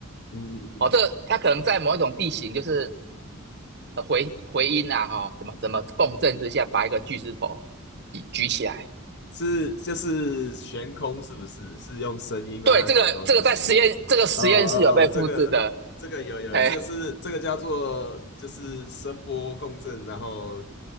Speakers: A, on the left; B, on the right.
A: 嗯嗯嗯，
B: 哦。这个它可能在某一种地形，就是呃回回音啊，哈、哦怎么怎么共振之下，把一个巨石头举举起来。
A: 是就是悬空是不是？是用声音让它悬空是不是？
B: 对，这个这个在实验这个实验室有被复制的，
A: 呃呃呃，这个这个有有，
B: 哎，
A: 这个是这个叫做就是声波共振，然后